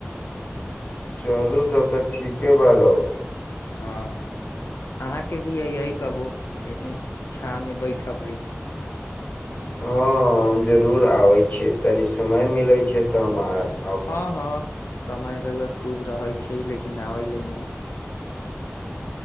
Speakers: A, on the left (about 40°); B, on the left (about 85°).
A: चलू तऽ तऽ ठीके बारौ
B: हँ अहाँके भी आहियै कबो छाव मे बैठबै
A: हँ हम जरूर आबै छियै तनी समय मिलै छै तऽ हम आ
B: हँ हँ समय रुए खूब रहै छै लेकिन आबे ल न ह